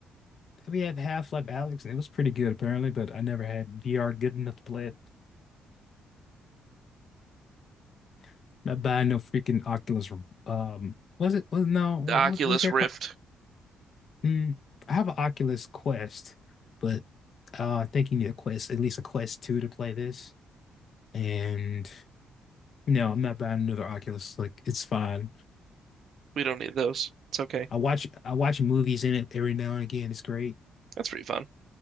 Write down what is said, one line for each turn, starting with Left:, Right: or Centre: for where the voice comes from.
Left: We have Half-Life Alex, and it was pretty good apparently, but I never had VR good enough to play it. <laughs> Not buying no freaking Oculus. Um, was it? Was, no, what
Right: The Oculus
Left: was their
Right: Rift.
Left: call? Mm, I have an Oculus Quest, but uh, I think you need a Quest, at least a Quest 2 to play this. And No, I'm not buying another Oculus. Like it's fine.
Right: We don't need those. It's okay.
Left: I watch I watch movies in it every now and again. It's great.
Right: That's pretty fun.